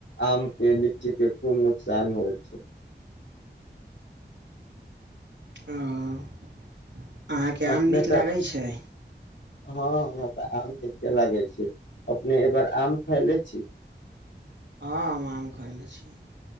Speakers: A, on the left; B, on the right.
A: आम के लीची के खुब नुकसान होइ छै
B: हँऽ अहाँके आम
A: अपने
B: नीक
A: तऽ
B: लागै छै
A: हँ तऽ आम ने लागे छै अपने ए बार आम खैले छी
B: हँ हम आम खलै प छ